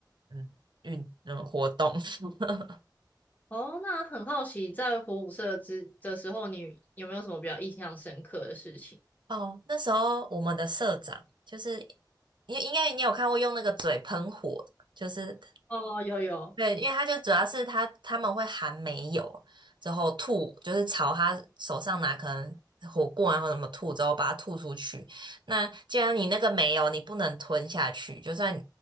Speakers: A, on the right (about 75°); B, on the left (about 20°).
A: 嗯，运嗯活动。<laughs>
B: 哦，那很好奇，在火舞社之的时候，你有没有什么比较印象深刻的事情？
A: 哦，那时候我们的社长就是，你应该你有看过用那个嘴喷火的就是
B: 哦，有有，
A: 对，因为他就主要是他他们会含煤油，之后吐，就是朝他手上拿可能火锅然后什么吐，之后把它吐出去。那既然你那个没有，你不能吞下去，就算